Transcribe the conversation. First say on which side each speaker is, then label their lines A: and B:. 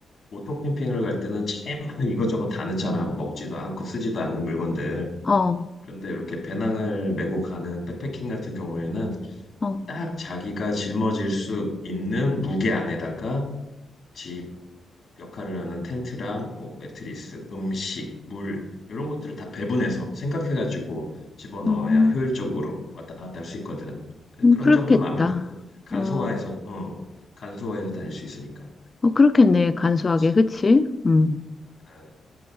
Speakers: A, on the left; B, on the left.
A: 오토 캠핑을 갈 때는 제막 이것저것 다 넣잖아. 먹지도 않고 쓰지도 않는 물건들.
B: 어,
A: 그런데 이렇게 배낭을 메고 가는 백패킹 같은 경우에는
B: 어,
A: 딱 자기가 짊어질 수 있는 무게 안에다가 집 역할을 하는 텐트랑 뭐 매트리스, 음식, 물 이런 것들을 다 배분해서 생각해가지고 집어넣어야
B: 음.
A: 효율적으로 왔다 갔다 할 수 있거든. 그-
B: 음,
A: 그런
B: 그렇겠다.
A: 점도 마음에 넣고 간소화해서
B: 어,
A: 어 간소화해서 다닐 수 있으니까
B: 어, 그렇겠네. 간소하게,
A: 그렇지.
B: 그치? 음.
A: 아,